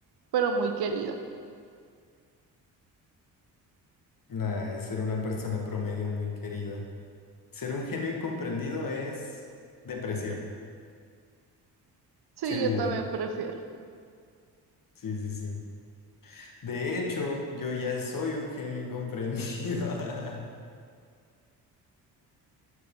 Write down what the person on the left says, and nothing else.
Ay, ser una persona promedio muy querida. Ser un genio incomprendido es depresión,
segura.
Sí, sí, sí. De hecho, yo ya soy un genio incomprendido. <laughs>